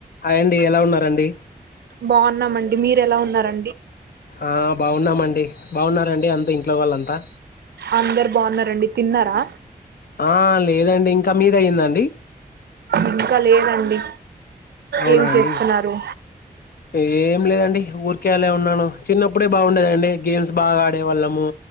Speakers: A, on the left (about 70°); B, on the right (about 85°).
A: Hi అండి ఎలా ఉన్నారండి
B: బాగున్నామండి మీరు ఎలా ఉన్నారన్
A: ఆ బాగున్నామండి బాగున్నారండి అంత ఇంట్లో వాళ్ళంతా
B: అందరు బాగున్నారండి తిన్నారా
A: ఆ లేదండి ఇంకా మీద అయ్యిందండి
B: ఇంకా లేదండి
A: అవునా
B: ఏం చేస్తున్నారు
A: అండి ఏం లేదండి ఊరికే అలా ఉన్నాను చిన్నప్పుడే బాగుండేదండి గేమ్స్ బాగా ఆడే వాళ్ళము